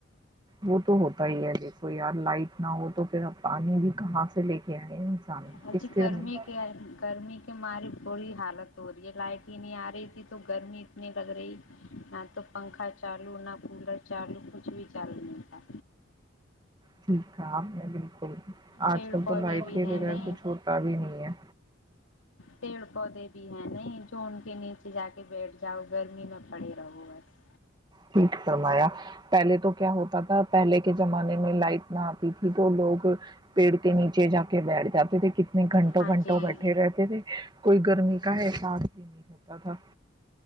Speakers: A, on the right (about 20°); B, on the left (about 80°).
A: وہ تو ہوتا ہی ہے دیکھو یار لائٹ نہ ہو تو پھر آپ پانی بھی کہاں سے لے کے آئے
B: اور
A: کس
B: جی گرمی
A: لیے؟
B: کے گرمی کے ماری تھوڑی حالت ہو رہی ہے لائٹ ہی نہیں آ رہی تھی تو گرمی اتنی لگ رہی نہ تو پنکھا چالو نہ کولر چالو کچھ بھی چالو نہیں تھا
A: ٹھیک ہے میں بالکل آج
B: پیڑ
A: کل
B: پودے
A: تو لائٹ
B: بھی
A: کے
B: ہیں
A: بغیر
B: نہیں
A: کچھ ہوتا بھی نہیں ہے
B: پیڑ پودے بھی ہیں نہیں جو ان کے نیچے جا کے بیٹھ جاؤ گرمی میں پڑے رہو بس
A: ٹھیک سرمایا پہلے تو کیا ہوتا تھا پہلے کے زمانے میں لائٹ نہ آتی تھی تو لوگ پیڑ کے نیچے جاتے بیٹھ جاتے تھے کتنے گھنٹوں
B: ہاں
A: گھنٹوں
B: جی
A: بیٹھے رہتے تھے کوئی گرمی کا احساس بھی نہیں ہوتا تھا